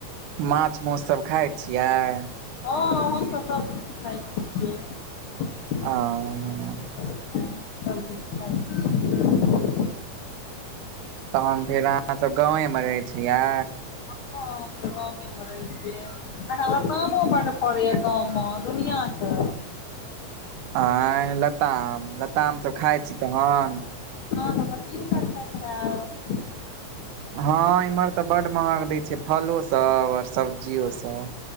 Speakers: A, on the right; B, on the left.
A: माछ मौस सब खाइ छियै
B: हँ हमसब सब किख खाइ छियै।
A: अ हँ
B: <inaudible>
A: तहन फेर अहाँसभ गाँवे मऽ रहै छियै
B: हँ हम तऽ गाँमे मऽ रहै छियै। अखन लतामो बडु फड़ैय गाँव मऽ दुनिया कऽ
A: आंय लताम! लताम सब खाइ छी तहन?
B: अहाँ तऽ कीन कऽ खाइत हैब।
A: हँ इम्हर तऽ बड्ड महंग दै छै, फलोसभ और सब्जियोसभ।